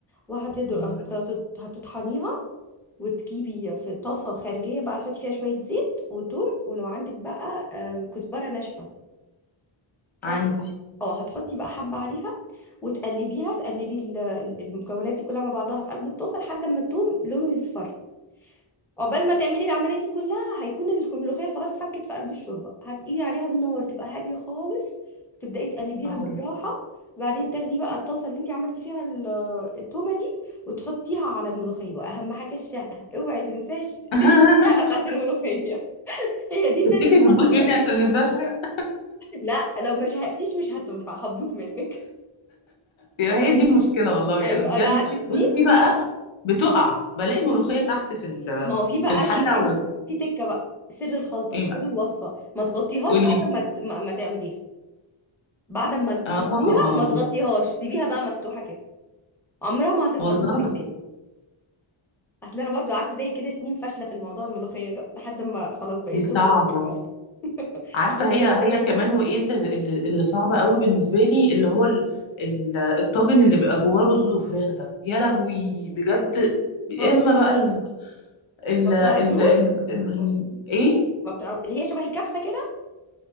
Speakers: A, in the centre; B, on the left (about 70°).
A: وهتدر
B: مم.
A: هت- هت- هتطحنيها وتجيبي في طاسة خارجية بقى تحطي فيها شوية زيت وتوم ولو عندك بقى آه، كزبرة ناشفة حسب
B: عندي
A: اه هتحطي بقى حبة عليها وتقلبيها تقلبي ال- ال- المكونات دي كلها مع بعضها في قلب الطاسة لحد ما التوم لونه يصفر عقبال ما تعملي العمليه دي كلها هيكون الملوخيه خلاص فكت في قلب الشوربه هتقيلي عليها النار تبقى هاديه خالص وتبداي تقلبيها
B: اه
A: بالراحه وبعدين تاخدي بقى الطاسه اللي انت عملتي فيها ال- التومه دي وتحطيها على الملوخيه واهم حاجه الشقه اوعي تنساش <laughs>
B: <laughs>
A: تنسي الشقه بتاعت الملوخيه هي دي
B: تفتكري
A: سر الخطه
B: بتبوظ مني
A: يعني.
B: عشان مش بشهق
A: لا لو ما شهقتيش مش هتنفع هتبوظ منك <laughs>
B: يبقى هي دي المشكله والله
A: ايوه
B: انا بجد
A: انا قعدت سنين
B: بصي بقى بتقع بلاقي الملوخيه تحت في ال-
A: ما هو في بقى
B: في الحله
A: تكه
B: و...
A: في تكه بقى سر الخلطه
B: ايه
A: سر
B: بقى
A: الوصفه ما تغطيهاش
B: قولي
A: بعد
B: لي.
A: ما ت- ما ما تعمليها بعد ما
B: اه
A: تسقيها ما تغطيهاش سيبيها بقى مفتوحة كده عمرها ما هتسقط
B: والله
A: منك تاني اصل انا برضو قعدت زي كده سنين فاشلة في الموضوع الملوخية ده لحد ما خلاص بقيت
B: دي
A: توب
B: صعبه
A: دلوقتي <laughs>
B: عارفه هي هي كمان وايه اللي, اللي اللي صعب قوي بالنسبه لي اللي هو ال- ال- الطاجن اللي بيبقى جواه رز وفراخ ده يا لهوي بجد يا
A: ما بت-
B: اما بقى ال ال
A: ما بتعرفيوش
B: ال ال ال ايه
A: ما بتعرف اللي هي شبه الكبسة كده